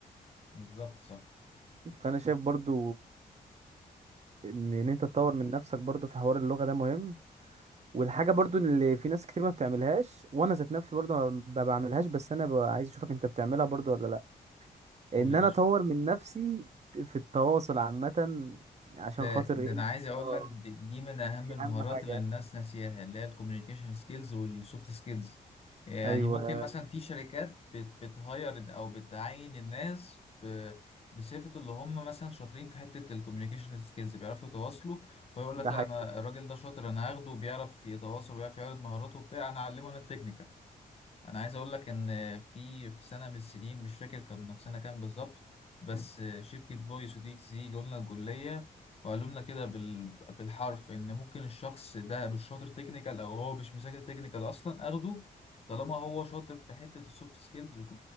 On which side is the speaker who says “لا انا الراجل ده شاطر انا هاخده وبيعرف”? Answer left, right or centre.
Left